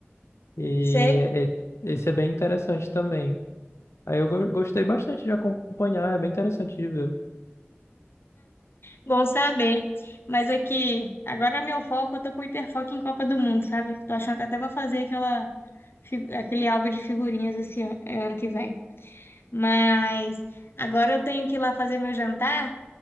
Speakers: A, on the left (about 85°); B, on the left (about 60°).
A: E
B: Sei,
A: é- é- esse é bem interessante também. Aí eu go- gostei bastante de acompanhar, é bem interessante de ver.
B: bom saber. Mas aqui, agora meu foco, eu tô com hiperfoco em Copa do Mundo, sabe? Tô achando que até vou fazer aquela, fi- aquele álbum de figurinhas esse ano, ano que vem. Mas agora eu tenho que ir lá fazer meu jantar.